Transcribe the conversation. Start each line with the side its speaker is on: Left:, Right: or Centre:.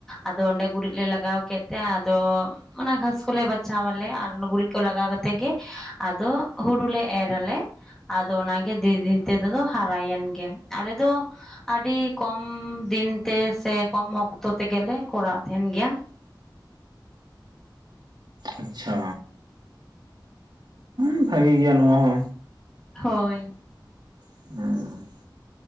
Centre: ᱟᱫᱚ ᱚᱸᱰᱮ ᱜᱩᱨᱤᱡ ᱞᱮ ᱞᱟᱜᱟᱣ ᱠᱮᱫ ᱛᱮ ᱟᱫᱚ ᱢᱟᱱᱮ ᱜᱷᱟᱥ ᱠᱚᱞᱮ ᱵᱟᱪᱷᱟᱣ ᱟᱞᱮ ᱟᱨ ᱚᱱᱟ ᱜᱩᱨᱤᱡ ᱠᱚ ᱞᱟᱜᱟᱣ ᱠᱟᱛᱮ ᱜᱮ ᱟᱫᱚ ᱦᱩᱲᱩ ᱞᱮ ᱮᱨ ᱟᱞᱮ ᱟᱫᱚ ᱚᱱᱟᱜᱮ ᱫᱤᱱ ᱫᱤᱱ ᱛᱮᱫᱚ ᱦᱟᱨᱟᱭᱮᱱ ᱜᱮ ᱟᱞᱮ ᱫᱚ ᱟᱹᱰᱤ ᱠᱚᱢ ᱫᱤᱱᱛᱮ ᱥᱮ ᱠᱚᱢ ᱚᱠᱛᱚ ᱛᱮᱜᱮᱞᱮ ᱠᱚᱨᱟᱣ ᱛᱟᱦᱮᱱ ᱜᱮᱭᱟ
Right: ᱟᱪᱪᱷᱟ ᱩ ᱵᱷᱟᱜᱮ ᱜᱮᱭᱟ ᱱᱚᱣᱟ ᱦᱚ
Centre: ᱦᱳᱭ
Right: <inaudible>